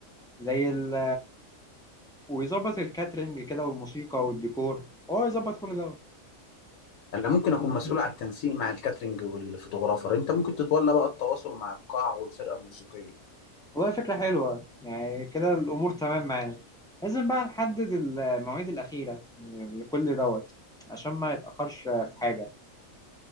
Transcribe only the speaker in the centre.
زي ال... ويظبط الكاترينج كده والموسيقى والديكور هو يظبط كل ده
والله فكرة حلوة يعني كده الأمور تمام معانا لازم بقى نحدد المواعيد الأخيرة لكل دوت عشان ما يتأخرش في حاجة